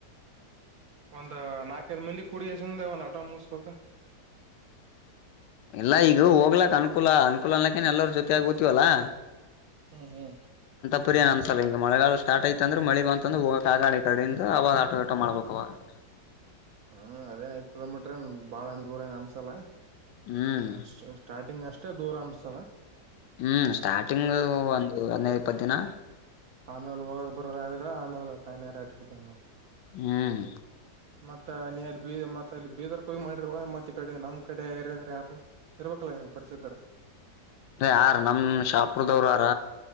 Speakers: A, on the right; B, on the left.
A: ಒಂದ್ ನಾಕೈದ್ ಮಂದಿ ಕುಡಸಂದೆ ಒಂದ್ ಆಟೋ ಮುಗಸ್ಬೇಕ
B: ಇಲ್ಲ ಈಗ ಹೋಗ್ಲಕ್ ಅನುಕೂಲ ಅನುಕೂಲ ಅನ್ಲಕ್ಕೇನ್ ಎಲ್ಲರ ಜೊತೆ ಆಗ್ಬತಿವಲ್ಲಾ
A: ಹ್ಮ್ ಹ್ಮ್
B: ಪು ಏನ್ ಅನ್ಸಲ್ಲ ಈಗ ಮಳೆಗಾಲ ಸ್ಟಾರ್ಟ್ ಐತ ಅಂದ್ರ ಮಳಿ ಬಂತಂದಂದು ಕಾಗಾೆ ಕಡೆಯಿಂದ ಅವಾಗ ಆಟೋ ಆಟ ಮಾಡ್ಬೇಕವಾಗ <inaudible>
A: ಹ್ಮ್ ಅದೇ ಐ್ ಕಿಲೋಮೀಟ್ರ ಏ ಬಾಳನ್ ದೂರ ಏನ್ ಅನ್ಸಲ್ಲ
B: ಹ್ಮ್
A: ಹ ಸ್ಟಾರ್ಟಿಂಗ್ ಅಷ್ಟೇ ದೂರ ಅನ್ಸ
B: ಹ್ಮ್ ಸ್ಟಾರ್ಟಿಂಗ್ ಒಂದು ಹದ್ಿನೈದು ಇಪ್ಪತ್ತು ದಿನ
A: ಆಮೇಲೆ ಹೋಗೋದು ಬರೋದ ಆದಡೆ ಆಮೇಲೆ ತಾಯಿಯಾರ ಆಟಿ ಬಿ್ದಂಗ
B: ಹ್ಮ್
A: ಮತ್ತತ್ ನೀ ಅಲ್ಲಿ ಬೀದ ಮತ್ ಅಲ್ಲಿ ಬೀದರ್ ಕೋಯ್ ಮಾಡಿರುವ ಮತ್ ಈ ಕಡೆ ನಮ ಕಡೆ ರದರೆ ಯಾರನ್ನ ಇರ್ವಕ್ಕಳ ಪರಿಚದರ
B: ಯಾರ ನಮ ಶಾಪುರದವರು ಯಾರ